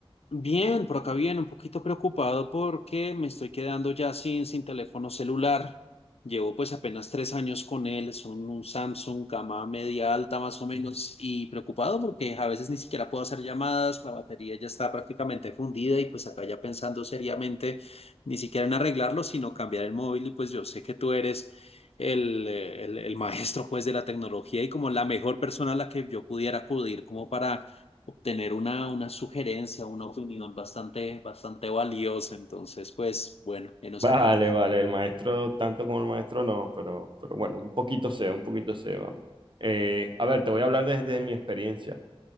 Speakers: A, on the left; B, on the right.
A: Bien, por acá bien, un poquito preocupado porque me estoy quedando ya sin, sin teléfono celular. Llevo pues apenas tres años con él, es un, un Samsung gama media alta más o menos y preocupado porque a veces ni siquiera puedo hacer llamadas, la batería ya está prácticamente fundida y pues acá ya pensando seriamente ni siquiera en arreglarlo, sino cambiar el móvil y pues yo sé que tú eres el, eh, el el maestro pues de la tecnología y como la mejor persona a la que yo pudiera acudir como para obtener una, una sugerencia, una opinión bastante, bastante valiosa. Entonces, pues bueno, enos
B: Vale,
A: acá.
B: vale, el maestro, tanto como el maestro, no, pero, pero bueno, un poquito sé, un poquito sé, vamos. Eh, a ver, te voy a hablar desde mi experiencia.